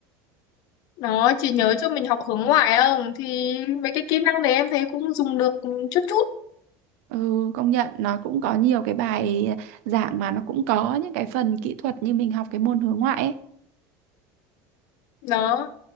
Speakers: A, on the left; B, on the right.
A: đó chị nhớ cho mình học hướng ngoại không thì mấy cái kỹ năng đấy em thấy cũng dùng được chút chút
B: Ừ, công nhận nó cũng có nhiều cái bài giảng mà nó cũng có những cái phần kỹ thuật như mình học cái môn hướng ngoại ấy.
A: đó